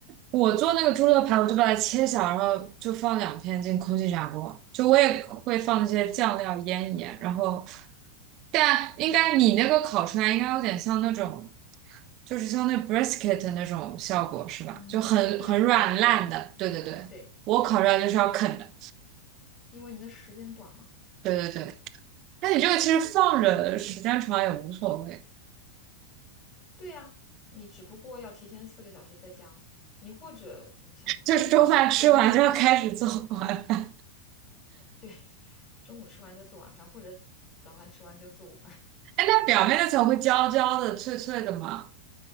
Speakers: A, on the right; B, on the left.
A: 我做那个猪肉排，我就把它切小，然后就放两片进空气炸锅。就我也会放那些酱料腌一腌，
B: 哦，
A: 然后，但应该你那个烤出来应该有点像那种，
B: 对哦，
A: 就是像那 brisket 的那种效果是吧？
B: 嗯，
A: 就很很软烂的。
B: 对，很软，
A: 对对对，
B: 对对对，
A: 我烤出来就是要啃的。
B: 因为你的时间短嘛。
A: 对对对，那你这个其实放着时间长也无所谓，
B: 对对呀，你只不过要提前四个小时在家嘛。你或者我想想，
A: 就是
B: 对，还是周末吧。
A: <laughs> 中饭吃完就要开始做晚饭。<laughs>
B: 对，中午吃完就做晚饭，或者早饭吃完就做午饭。<laughs>
A: 哎，那表面那层会焦焦的、脆脆的吗？